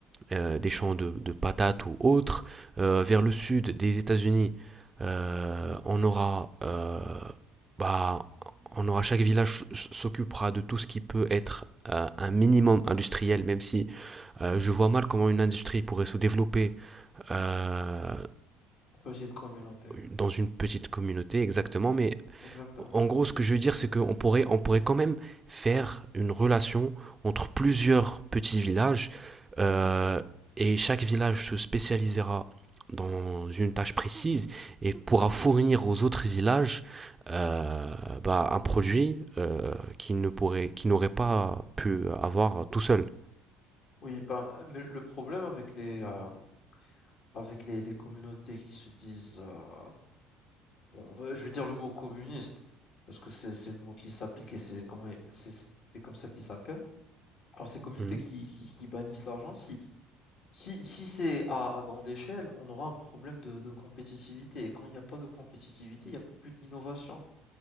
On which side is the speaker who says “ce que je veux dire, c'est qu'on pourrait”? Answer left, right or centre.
Right